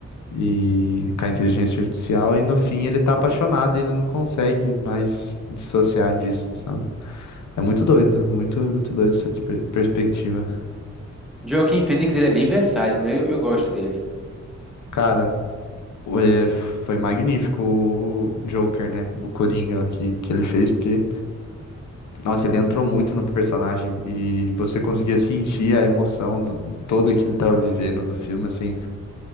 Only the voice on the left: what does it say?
e com a inteligência artificial, e no fim ele tá apaixonado, e ele não consegue mais dissociar disso, sabe? É muito doido, muito, muito doido essa despe- perspectiva.
Cara, é, foi magnífico o Joker, né? O Coringa que, que ele fez, porque Nossa, ele entrou muito no personagem e você conseguia sentir a emoção do todo que ele tava vivendo do filme, assim.